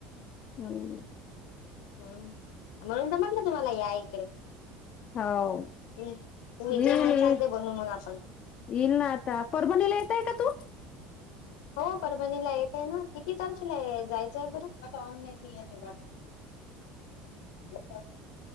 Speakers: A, on the left (about 40°); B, on the left (about 85°).
A: हम्म.
B: हम्म. म्हणून तर म्हटलं, तुम्हाला या इकडे.
A: हो
B: तुम्ही
A: येईल
B: जे म्हणसाल
A: येईल
B: ते, बनवू मग आपण.
A: येईल ना आता, परभणीला येतंय का तू.
B: हो परभणीला येते ना, किती तारखेला जायचं. का बर? आता ऑनलाइन <unintelligible>